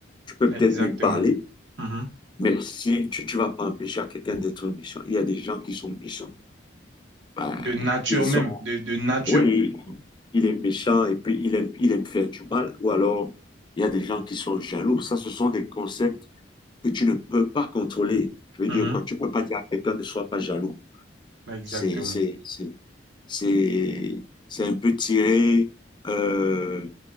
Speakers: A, on the left; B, on the right.
A: Tu peux
B: exactement.
A: peut-être lui parler,
B: Mhm.
A: mais si tu, tu vas pas empêcher à quelqu'un d'être méchant. Il y a des gens qui sont méchants. Ben,
B: De nature
A: ils sont,
B: même, de, de nature.
A: oui, il est méchant et puis il aime, il aime faire du mal ou alors il y a des gens qui sont jaloux. Ça, ce sont des concepts que tu ne peux pas contrôler. Je veux
B: Mhm.
A: dire quoi, tu ne peux pas dire à quelqu'un ne sois pas jaloux.
B: Exactement.
A: C'est, c'est, c'est, c'est, c'est un peu tirer euh,